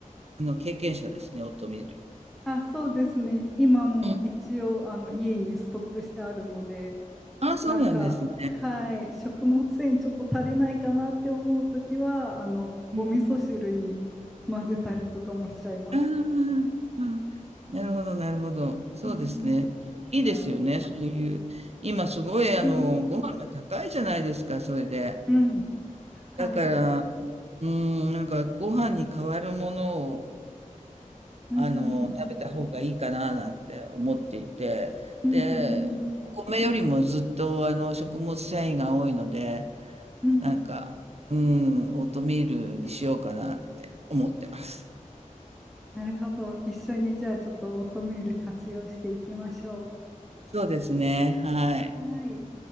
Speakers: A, on the right (about 50°); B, in the centre.
A: あの、経験者ですね、オートミール。
B: あ、そうですね。今も一応あの家にストックしてあるので、
A: うん。ああ、そうなんですね。
B: なんか、はい、食物繊維ちょっと足りないかなって思うときは、あの、
A: うん。
B: お味噌汁に混ぜたりとかもしちゃいます。
A: ああ、ああなるほど、なるほど。そうですね。
B: うん
A: いいですよね、
B: うん。はい。
A: そういう。今すごい、あの、
B: うん。
A: ご飯が高いじゃないですか、それで。
B: うん。高い。
A: だから、うん、なんかご飯に代わるものを、
B: うんうん
A: あの、食べた方がいいかな、なんて思っていて。
B: うんうんうん
A: で、お米よりもずっと、あの、食物繊維が多いので、
B: うん
A: なんか、うん、オートミールにしようかなって思ってます。
B: なるほど。一緒にじゃあちょっとオートミール活用していきましょ
A: そうですね、はい。
B: う。はい。